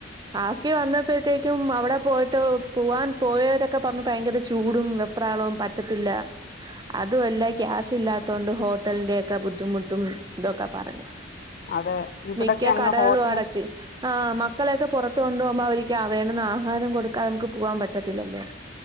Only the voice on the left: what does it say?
അതെ ഇവിടൊക്കെ
അങ്ങ്
ഹോട്ടൽ